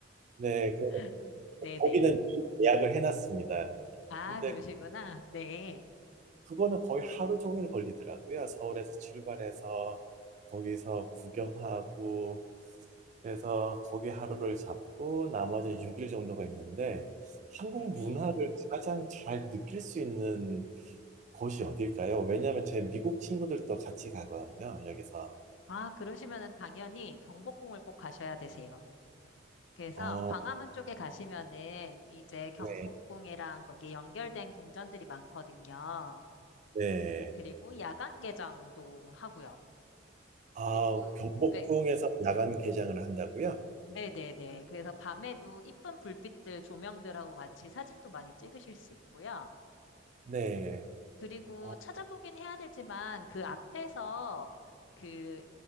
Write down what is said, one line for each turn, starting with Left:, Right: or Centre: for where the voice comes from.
Right: 네, 그래서
Left: <laughs> 네네.
Right: 거기는 이미 예약을 해놨습니다.
Left: 아,
Right: 근데
Left: 그러시구나.
Right: 그
Left: 네.
Right: 그거는 거의 하루 종일 걸리더라고요. 서울에서 출발해서 거기서 구경하고 그래서 거기 하루를 잡고 나머지 6일 정도가 있는데 한국
Left: 네.
Right: 문화를 가장 잘 느낄 수 있는 곳이 어딜까요? 왜냐하면 제 미국 친구들도 같이 가거든요. 여기서.
Left: 아, 그러시면은 당연히 경복궁을 꼭 가셔야 되세요. 그래서
Right: 어,
Left: 광화문 쪽에 가시면은 이제 경복궁이랑
Right: 네,
Left: 거기 연결된 궁전들이 많거든요.
Right: 네.
Left: 그리고 야간 개장도 하고요.
Right: 아,
Left: 그리고
Right: 경복궁에서
Left: 네,
Right: 야간 개장을 한다고요?
Left: 네네네. 그래서 밤에도 이쁜 불빛들, 조명들하고 같이 사진도 많이 찍으실 수 있고요.
Right: 네.
Left: 그리고
Right: 어,
Left: 찾아보긴 해야 되지만 그 앞에서 그,